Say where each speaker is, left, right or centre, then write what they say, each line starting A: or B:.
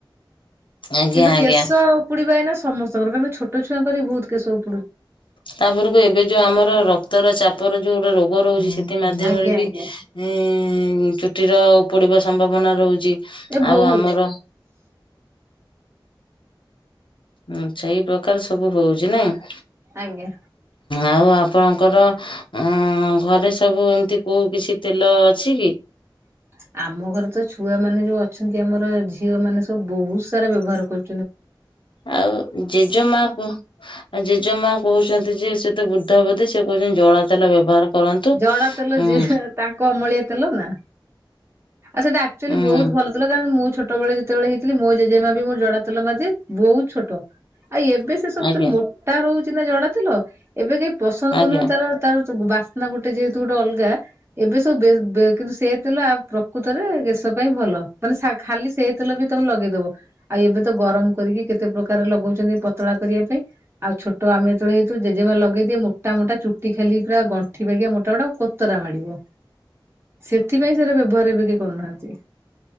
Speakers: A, on the left (about 75°); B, on the right (about 30°).
A: ଆଜ୍ଞା
B: କିନ୍ତୁ
A: ଆଜ୍ଞା
B: କେଶ ଉପୁଡିିବା ଏଇନା ସମସ୍ତ ସରକାର ଛୋଟ ଛୁଆଙ୍କ ବି ବହୁତ କେଶ ଉ
A: ତାପରକୁ ଏବେ ଯୋଉ ଆମର ରକ୍ତର ଚାପର ଯୋଉ ଗୋଟେ ରୋଗ ରହୁଛି ସେ ମାଧ୍ୟମରେ
B: ଆଜ୍ଞା
A: ବି
B: ଆଜ୍ଞା।
A: ଇଁ ଚୁଟିର ଉପୁଡିଡିବା ସମ୍ଭାବନା ରହୁଛି।
B: ଏ ବହୁତ।
A: ଆଉ ଆମର ହଁ ଆଚ୍ଛା ଏଇ ପ୍ରକାର ସବୁ ହଉଛି ନାଇଁ।
B: ଆଜ୍ଞା।
A: ଆଉ ଆପଣଙ୍କର ଉଁ ଘରେ ସବୁ ଏମିତି କୋଉ କିଛି ତେଲ ଅଛି କି?
B: <inaudible> ଆମ ଘରେ ତ ଛୁଆ ମାନେ ଯୋଉ ଅଛନ୍ତି ଆମର ଝିଅ ମାନେ ସବୁ ବହୁତ ସାରା ବ୍ୟବହାର କରୁ।
A: ଆଉ ଜେଜେମାକୁ ଆଉ ଜେଜେମା କହୁଛନ୍ତି ଯିଏ ସେତେ ବୃଦ୍ଧବୃଧି ସେ କହୁଛନ୍ତି ଜଳା ତେଲ ବ୍ୟବହାର କରନ୍ତୁ।
B: ଜଡା ତେଲ
A: ହୁଁ
B: ଯିଏ ତାଙ୍କ ଅମଳିଆ ତେଲ ନା। ଆଉ ସେଇଟା ଆକଚୁଆଲି
A: ହୁଁ
B: ବହୁତ ଭଲ ତେଲ <unintelligible> ମୁଁ ଛୋଟବେଳେ ଯେତେବେଳେ ହେଇଥିଲି ମୋ ଜେଜେମା ବି ମୋ ଜଡା ତେଲ ମାରିଦିଏ ବହୁତ ଛୋଟ ଆଉ ଏବେ ସେ ସବୁଥିର
A: ଆଜ୍ଞା
B: ମୋଟା ରହୁଛି ନା ଜଡା ଡେଲ ଏବେ କେହି ପସନ୍ଦ
A: ଆଜ୍ଞା
B: କରୁନନ୍ତି ତାର ତାର ନା ଗୋଟେ ଯେହେତୁ ଗୋଟେ ଅଲଗା ଏବେ ସବୁ ବେ-ବେ କିନ୍ତୁ ସେ ତେଲ ଆ ପ୍ରକୃତରେ କେଶ ପାଇଁ ଭଲ। ଭଲ ମାନେ ସା ଖାଲି ସେ ତେଲ ବି ତମେ ଲଗେଇଦବ ଆଉ ଏବେ ତ ଗରମ କରିକି କେତେ ପ୍ରକାର ଲଗଉଛନ୍ତି। ପ ପତଳା କରିବା ପାଇଁ ଆଉ ଛୋଟ ଆମେ ଯେତଳେ ହେଇଥିଲୁ ଜେଜେମା ଲଗେଇଦିଏ ମୋଟା ମୋଟା ଚୁଟି ଖାଲି ପୁରା ଗଣ୍ ଏଠି ପରିକା ମୋଟାମୋଟା କୋତରା ମାଡିବ ସେଥିପାଇଁ ସେରା ବ୍ୟବହାର ଏବେ କି? କରୁନାହାନ୍ତି